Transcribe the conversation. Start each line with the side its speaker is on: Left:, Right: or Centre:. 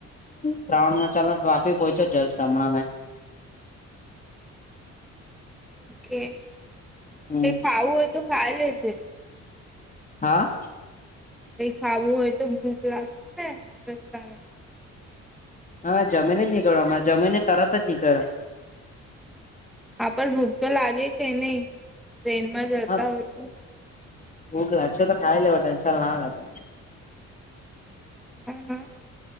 Left: શ્રાવણ ચાલો તો વાપી પહોંચો જશ હમણાં મે
Centre: ઓકે
Left: હમ
Centre: તે ખાવું હોય તો ખા લેજે.
Left: હા.
Centre: કઈ ખાવું હોય તો ભૂખ લાગશે ને રસ્તા માં.
Left: હા જમી ને જ નીકળયો હમણાં જમીને તરત જ નીકળ્યો.
Centre: હા પણ ભૂખ તો લાગે કે નહી? ટ્રેનમાં જતા
Left: હા
Centre: હોય તો?
Left: ભૂખ લાગશે તો ખાય લ્યો હો ટેન્શન ના લે તો.
Centre: હા હા